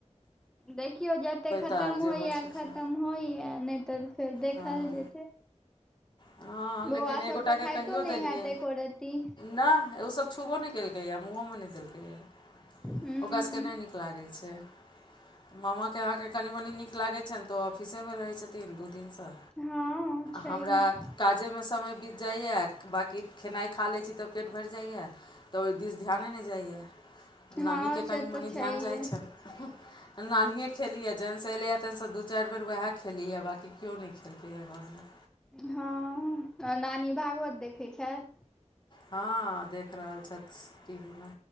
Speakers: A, in the centre; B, on the left.
A: देखियौ जते खतम
B: तऽ जे
A: होइया
B: होइ छै
A: खतम
B: से
A: होइया नहि तऽ फेर देखल
B: हँ
A: जेतै
B: हँ लेकिन
A: बौआ
B: एगोटाके
A: सब तऽ खाइतो
B: कहियो
A: नहि
B: देलियै
A: हैत एको रती
B: न सब छुबो नै केलकै या मुंहो मे नहि देलकै या
A: हूं
B: ओकरा सब के नहि नीक लागै छै मामाके अहाँकेँ कनि मनि नीक लागै छनि तऽ ओ ऑफिसेमे रहैत छथिन दू दिनसँ
A: हँ छैहे
B: हमरा काजेमे समय बीत जाइए बाँकी खेनाइ खा लैत छी तऽ पेट भरि जाइए तऽ ओहि दिस ध्याने नहि जाइए नानीके
A: हँ
B: कनि
A: से
B: मनि
A: तऽ छैहे
B: ध्यान जाइ छनि नानियें खेलियए जखनसँ एलैएँ तेनसँ दू चारि बेर वएह खीए बाँकी केओ नहि खेलकैए घरमे
A: हँ नानी भागवत देखैत छथि
B: हँ देख रहल छथि टी वी मे